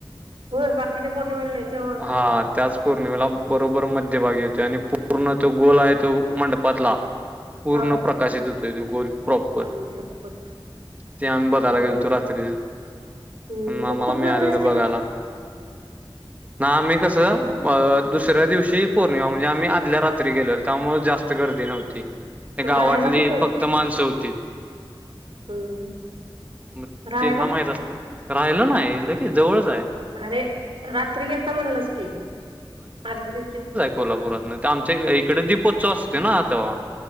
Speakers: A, on the right; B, on the right.
A: होय, बाकीच्या पौर्णिमेला नाही तेव्हा
B: हा
A: फक्त.
B: त्याच पौर्णिमेला बरोबर मध्यभागी येतो आणि पूर्ण तो गोल आहे तो मंडपातला पूर्ण
A: हा
B: प्रकाश येतो. त्याचं गोल प्रॉपर,
A: आई शप्पथ!
B: ते आम्ही बघायला
A: भारी
B: गेलोतो रात्री
A: हं
B: आम्हा
A: मग खूप
B: मिळालेल्या
A: गर्दी असते
B: बघायला.
A: का?
B: ना आम्ही कसं, अ दुसऱ्या दिवशी पौर्णिमा म्हणजे आम्ही आधल्या रात्री गेलेलो, त्यामुळे जास्त गर्दी नव्हती.
A: मग
B: गावातली
A: राहायला कुठं होतं?
B: फक्त माणसं होती.
A: हं हं
B: मग
A: राहायला?
B: तेना माहित असत. राहिलं नाही, लगेच जवळच आहे.
A: अरे, रात्री गेलता म्हणलंस की, आदल्या दिवशी,
B: कोल्हापुरात, तर आमच्या इकडे दीपोत्सव असते ना तेव्हा.